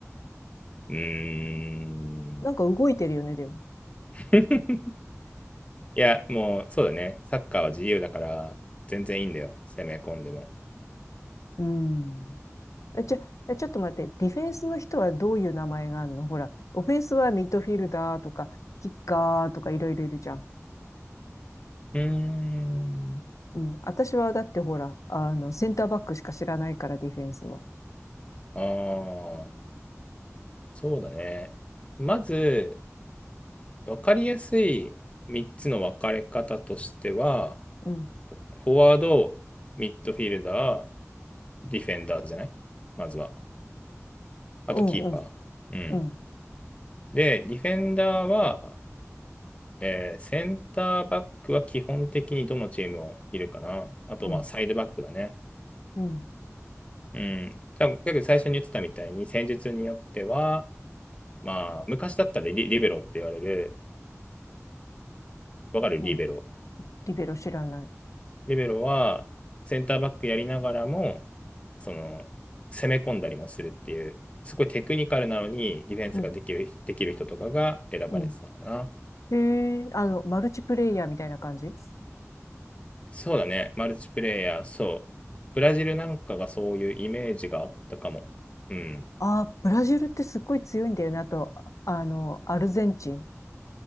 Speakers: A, on the left (about 25°); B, on the left (about 75°).
A: うーん。
B: なんか動いてるよね、でも。
A: <laughs> いや、もう、そうだね。サッカーは自由だから、全然いいんだよ。攻め込んでも。
B: うん。え、ちょ、え、ちょっと待って。ディフェンスの人はどういう名前があるのほら。オフェンスはミッドフィルダーとか、キッカーとかいろいろいるじゃん。
A: うーん。
B: うん。私はだってほら、あの、センターバックしか知らないから、ディフェンスは。
A: ああ、そうだね。まず、分かりやすい3つの分かれ方としては、
B: うん。
A: フォフォワード、ミッドフィルダー、ディフェンダーじゃないまずは。あと、
B: うん、
A: キーパー。
B: うん、
A: うん。
B: うん、
A: で、ディフェンダーは、えーセンターバックは基本的にどのチームもいるかな。あと、
B: うん、
A: まあ、サイドバックだね。
B: うん、
A: うん。多分、だけど最初に言ってたみたいに、戦術によっては、まあ、昔だったらリ、リベロって言われる、わかるリベロ。
B: うん。リベロ知らない。
A: リベロは、センターバックやりながらも、その、攻め込んだりもするっていう、すごいテクニカルなのに、ディフェンスができるできる人とかが選ばれてたかな。
B: うん、うん。へえ、あの、マルチプレイヤーみたいな感じ
A: そうだね、マルチプレイヤー、そう。ブラジルなんかがそういうイメージがあったかも。うん。
B: ああ、ブラジルってすっごい強いんだよなと、あの、アルゼンチン。